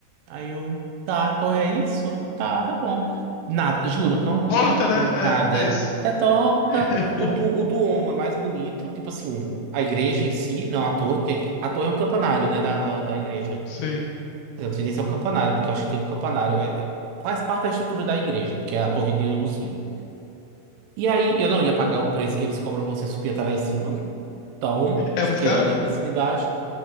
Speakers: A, on the right; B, on the left.
A: Aí eu, tá, Thor, é isso? Tá, tá bom. Nada, juro, não tem
B: Torta, né?
A: nada.
B: É, é isso.
A: É torta.
B: <laughs>
A: O do, o do Homo é mais bonito, tipo assim, a igreja em si, não a torre, porque a torre é um campanário, né, da, da igreja.
B: Sim.
A: Quer dizer, Eu não sei nem se é um campanário, porque eu acho que tem um campanário. é- é- faz parte da estrutura da igreja, porque é a torre de, do sino. E aí eu não ia pagar o preço que eles cobram pra você subir até lá em cima, então
B: É
A: fiquei
B: muito caro?
A: olhando assim de baixo.